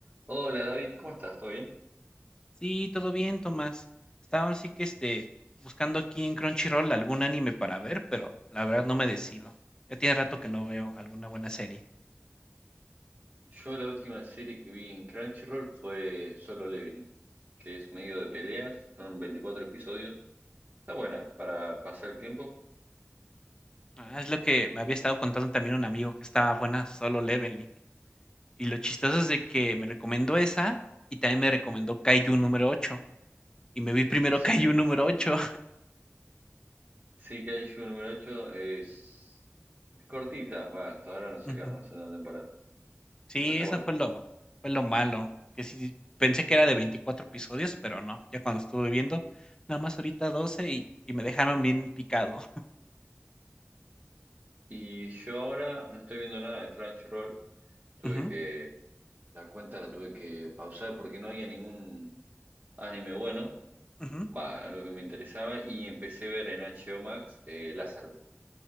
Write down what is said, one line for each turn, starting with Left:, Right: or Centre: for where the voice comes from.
Right: Hola David, ¿cómo estás? ¿Todo bien?
Left: Sí, todo bien, Tomás. Estaba ahora sí que este, buscando aquí en Crunchyroll algún anime para ver, pero la verdad no me decido. Ya tiene rato que no veo alguna buena serie.
Right: Yo la última serie que vi en Crunchyroll fue Solo Leveling, que es medio de peleas, son 24 episodios. Está buena para pasar el tiempo.
Left: Ah, es lo que me había estado contando también un amigo que estaba buena Solo Leveling. Y lo chistoso es de que me recomendó esa y también me recomendó Kaiju número ocho Y me vi primero
Right: Sí,
Left: <laughs> Kaiju número ocho.
Right: sí que número 8. es, es cortita, va, hasta ahora no sacaron
Left: <laughs>
Right: la segunda temporada,
Left: Sí,
Right: pero está
Left: eso
Right: buena.
Left: fue lo, fue lo malo. Que sí, pensé que era de 24 episodios, pero no. Ya cuando estuve viendo, nada más ahorita 12 y, y me dejaron bien picado.
Right: Y yo ahora no estoy viendo nada de Crunchyroll, tuve
Left: <laughs> Ujú,
Right: que, la cuenta la tuve que pausar porque no había ningún anime bueno
Left: ujú.
Right: va, algo que me interesaba y empecé a ver en HBO Max eh, Lazarus.